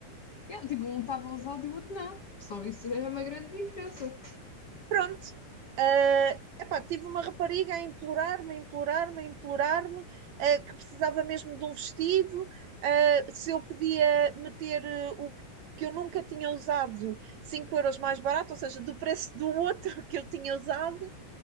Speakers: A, on the left; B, on the right.
A: Yeah, tipo, um estava usado e o outro não. Só isso já é uma grande diferença.
B: Pronto. Ah, epá, tive uma rapariga a implorar-me, a implorar-me, a implorar-me, ah, que precisava mesmo de um vestido, ah, se eu podia meter eh, o que, que eu nunca tinha usado, 5 euros mais barato, ou seja, do preço do outro <laughs> que eu tinha usado